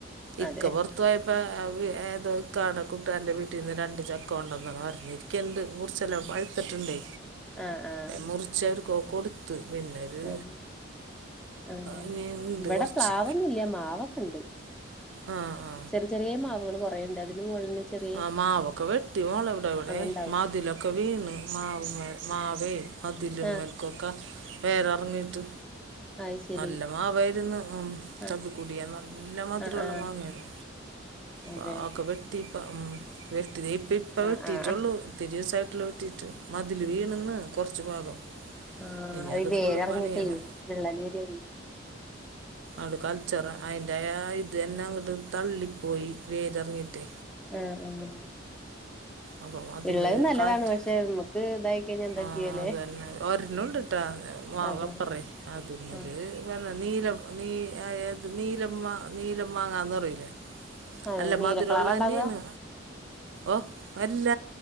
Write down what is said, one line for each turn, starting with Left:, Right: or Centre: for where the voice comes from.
Right: ഇക്ക
Centre: അതെ
Right: പൊറത്തു പോയ പ്പോ ഏതോ ഇക്കാടെ കു ട്ടാരന്റെ വീട്ടിന്ന് രണ്ട് ചക്ക കൊണ്ടന്നര ഇരിക്കണ്ട് മുറിച്ചെല്ലാം പഴുത്തിട്ടുണ്ടേ
Centre: ആഹ് ആഹ്
Right: മുറിച്ചത് അവര്കൊക്കെ കൊടുത്ത് പിന്നെ ഒരു
Centre: ആഹ് ആഹ്
Right: ഇനി ഉണ്ട്
Centre: ഇവടെ
Right: കുറച്ച്
Centre: പ്ലാവൊന്നുല്ല മാവൊക്കെണ്ട്.
Right: ആ ആ
Centre: ചെറിയ ചെറിയ മാവുകൾ കൊറേണ്ട് അതിന് മുകളിന്ന് ചെറി
Right: ആഹ് മാവൊക്കെ വെട്ടി വോള എവടെ എവടെ
Centre: ഉണ്ടാവും
Right: മതിലൊ ഒക്കെ വീണ് മാവ്മ്മേ മാവേ മതില്മ്മക്കൊക്കെ
Centre: ആ
Right: വോര്എറങ്ങിട്ട്.
Centre: അത് ശരി
Right: നല്ല മാവായിരുന്ന് ഉം
Centre: ആഹ്
Right: ചപ്പിക്കുടിയൻ നല്ല മധുരള്ള
Centre: ആഹ് ആഹ്
Right: മാങ്ങയാണ്.
Centre: അതെ
Right: പ ഒക്കെ വെട്ടിപ്പം ഉം വെട്ടി ഇപ്പം ഇപ്പം
Centre: ആഹ്
Right: വെട്ടിട്ടെള്ളൂ.
Centre: ആഹ്
Right: തെരിസായിട്ടൊള്ളു വെട്ടിട്ട് മതില് വീണന്ന് കൊറച്ച് ഭാഗം
Centre: ആഹ്
Right: ഇനി
Centre: അയ്
Right: അത്
Centre: വേരറങ്ങിട്ടേ
Right: ഫുള്ള് പണിയണം
Centre: വിള്ളല് വരാണ്.
Right: അത് കൾച്ചറാ അയിന്റെ ആ ഇത് തന്നെ അങ്ങട്ട് തള്ളിപ്പോയി വേരിറങ്ങിട്ട്.
Centre: ആഹ് ആഹ്
Right: അപ്പം അതില്
Centre: ഇള്ളത് നല്ലതാണ്
Right: കാറ്റ്
Centre: പക്ഷെ നമുക്ക് ഇതായി കഴിഞ്ഞാ എന്താ
Right: ആഹ്
Centre: ചെയ്യല്
Right: അതന്നെ വരെണുണ്ട്. ട്ടത് മാവ്പ്പറയ്
Centre: അതെ
Right: അതിമ്മല്.
Centre: ആഹ്
Right: ങ്ങനെ നീലം നീ ത് നീലം മാ നീലം മാങ്ങാന്നറിയിലേ?
Centre: അതെ
Right: അല്ല
Centre: നീല
Right: മധുരള്ളന്നെണ്.
Centre: കളറാ ഇണ്ടാവ
Right: ഓഹ് വല്ല